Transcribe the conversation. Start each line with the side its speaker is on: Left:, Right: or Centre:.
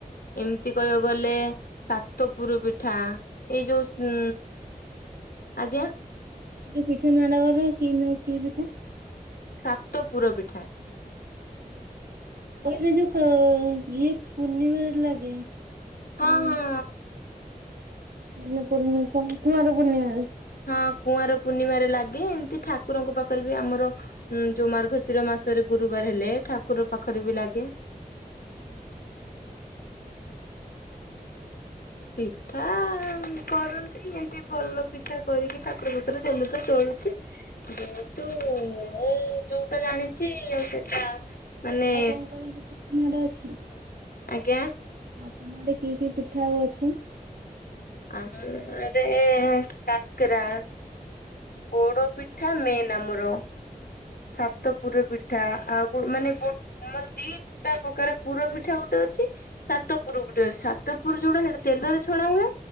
Left: ଏମ୍‌ତି କଇବାକୁ ଗଲେ ସାତପୁରୁ ପିଠାଁ ଏଇ ଯୋଉ ସୁଁ ଆଜ୍ଞା
Right: ସେଇ ପିଠା ନା ଟା କହିଲଣି କି ନାଁ କି ପିଠା
Left: ସାତପୁର ପିଠା
Right: ପଇଲେ ଯୋଉ କ ଇଏ ପୂନିମାରେ ଲାଗେ କଣ?
Left: ହଁହଁ
Right: ଅନୁ ପୂର୍ଣ୍ଣିମା ତ କୁଆଁର ପୂର୍ଣିମାରେ
Left: ହଁ କୁଆଁର ପୂର୍ଣ୍ଣିମାରେ ଲାଗେ ଏମ୍‌ତି ଠାକୁରଙ୍କୁ ପାଖରେ ବି ଆମର ଉଁ ଯଉ ମାର୍ଘଶିର ମାସରେ ଗୁରୁବାରେ ହେଲେ ଠାକୁର ପାଖରେ ବି ଲାଗେ ପିଠାମ୍‌ କରନ୍ତି ଏମ୍‌ତି ଭଲ ପିଠା କରିକି ଠାକୁର ବିତୁରୁ ଦେଲି ତ ତୋଳୁଚି ଯେହେତୁ ମୁଁ ଯୋଉଟା ଜାଣିଚି ସେଟା ମାନେ
Right: ଆଉ କଣ କଣ ପିଠା ତମ ଆଡେ ଅଛିଁ
Left: ଆଜ୍ଞା
Right: ଆ ତୁମ ଆଡେ କି କି ପିଠା ଆଉ ଅଛି
Left: ଆମ ଆଡେଁ କାକ୍ରା ପୋଡ ପିଠା ମେନ୍ ଆମର ସାତପୁରୁ ପିଠା ଆଉ ବୁଡ୍ ମାନେ ବୋ ଆମର ଦିଟା ପକାର ପୁର ପିଠା ଗୋଟେ ଅଛି ସାତପୁରୁ ଗୋଟେ ଅସି ସାତପୁରୁ ଯୋଉଡା ହେଇଡା ତେଲରେ ଛଣା ହୁଏ